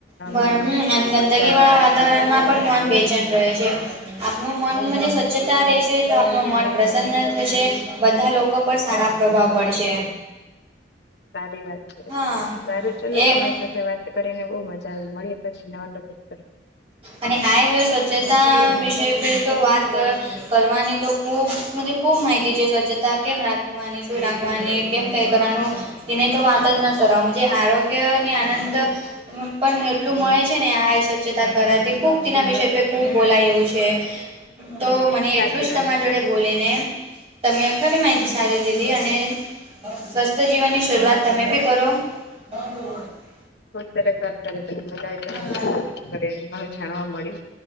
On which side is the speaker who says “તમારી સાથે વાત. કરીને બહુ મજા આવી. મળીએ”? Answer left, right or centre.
Left